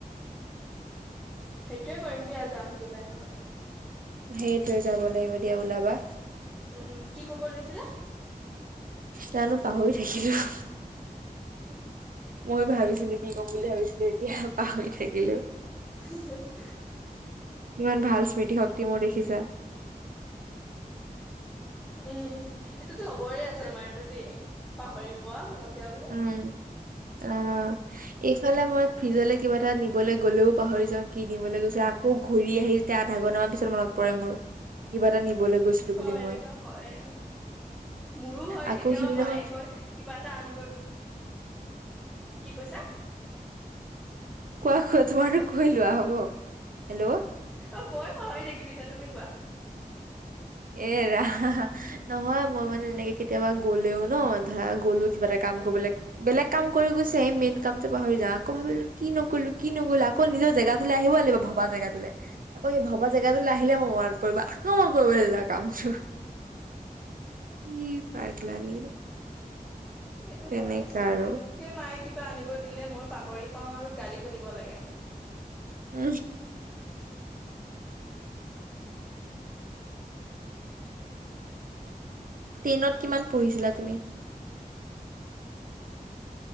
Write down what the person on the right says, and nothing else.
সেইটোয়ে যাব লাগিব, দিয়া ওলাবা।
জানো পাহৰি থাকিলোঁ।
মই ভাবিছিলোঁ, কি ক'ম বুলি ভাবিছিলোঁ এতিয়া পাহৰি থাকিলোঁ।
ইমান ভাল স্মৃতি শক্তি মোৰ দেখিছা?
উম, অ',। এইফালে, মই ফ্ৰিজলৈ কিবা এটা নিবলৈ গ'লেও পাহৰি যাওঁ, কি নিবলৈ গৈছিল আকৌ ঘূৰি আহি তেতিয়া আধা ঘণ্টা মান, পিছত মনত পৰে মোৰ, কিবা এটা নিবলৈ গৈছিলো বুলি
মই
আকৌ
সিদিনাখন
কি
কোৱা কোৱা তোমাৰ
কৈ লোৱা? হ'ব হেল্ল'।
এইৰা নহয় মই মানে এনেকে কেতিয়াবা গ'লেও ন ধৰা গ'লো কিবা এটা কাম
কৰিব বেলেগ কাম কৰি গৈছে
এই মেইন কাম পাহৰি যা আকৌ ভাবিলো কি নকৰিলো কি নকৰিলো আকৌ নিজৰ জেগাটোলে আহিবই লাগিব ভবা জেগা তোলে আকৌ সেই ভবা জেগাটোলৈ আহিলে মোৰ মনত পৰিব আকৌ মই কৰিবলৈ যোৱা কামছো। কি পাগলামি
তেনেকা
আৰু
উ টেইনত কিমান পঢ়িছিলা তুমি?